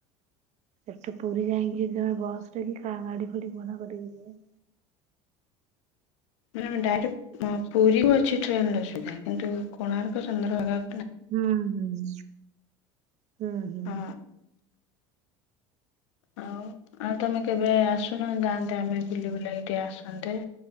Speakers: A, on the right; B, on the left.
A: ଏଠୁ ପୁରୀ ଯାଇଁକି ଯଦି ତମେ ବସ୍ ରେ କି ଗା- ଗାଡି କରି ଭଡା କରିକି ଯିବ
B: ନା ଡାଇରେକ୍ଟ ପୁରୀକୁ ଅଛି ଟ୍ରେନ୍ ର ସୁବିଧା କିନ୍ତୁ କୋଣାର୍କ ଚନ୍ଦ୍ରଭାଗା
A: ହୁଁ- ହୁଁ- ହୁଁ -ହୁଁ।
B: ହଁ ଆଉ -ଆଉ ତମେ କେବେ ଆସୁନ ଯାଆନ୍ତେ ଆମେ ବୁଲି ବୁଲାକି ଟିକେ ଆସନ୍ତେ।